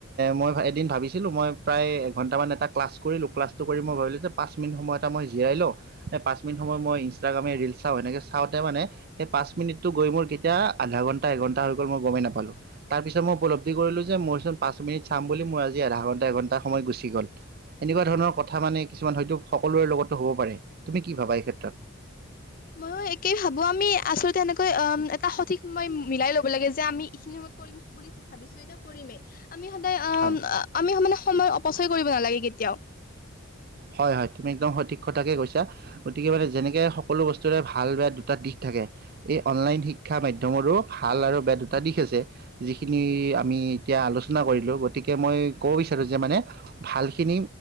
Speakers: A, on the right; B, on the left.
A: মই এদিন ভাবিছিলোঁ মই প্ৰায় এঘণ্টামান এটা ক্লাছ কৰিলোঁ ক্লাছটো কৰি মই ভাবিলোঁ যে পাঁচ মিনিট সময় এটা মই জিৰাই লওঁ সেই পাঁচ মিনিট সময় মই ইনষ্টাগ্ৰামে ৰিলচ চাওঁ সেনেকৈ চাওঁতে মানে সেই পাঁচ মিনিটটো গৈ মোৰ কেতিয়া আধা ঘণ্টা এঘন্টা হৈ গ'ল মই গমেই নাপালো তাৰ পিছত মই উপলব্ধি কৰিলো যে মইচোন পাঁচ মিনিট চাম বুলি মই আজি আধা ঘন্টা এঘণ্টা সময় গুচি গ'ল এনেকুৱা ধৰণৰ কথা মানে কিছুমান হয়তো সকলোৰে লগতো হ'ব পাৰে। তুমি কি ভাবা এই ক্ষেত্ৰত?
B: ময়ো একেই ভাবো আমি আচলতে এনেকৈ আম, এটা সঠিক সময় মিলাই ল'ব লাগে যে আমি এইখিনি সময়ত কৰিম বুলি ভাবিছো যেতিয়া কৰিমেই। আমি সদায় অ'
A: হয়
B: আমি মানে সময় অ' পচয় কৰিব নালাগে কেতিয়াও
A: হয় হয় তুমি একদম সঠিক কথাকে কৈছা গতিকে মানে যেনেকে সকলো বস্তুৰে ভাল বেয়া দুটা দিশ থাকে এই অনলাইন শিক্ষা মাধ্যমৰো ভাল আৰু বেয়া দুটা দিশ আছে যিখিনি আমি এতিয়া আলোচনা কৰিলোঁ গতিকে মই ক'ব বিচাৰোঁ যে মানে ভালখিনি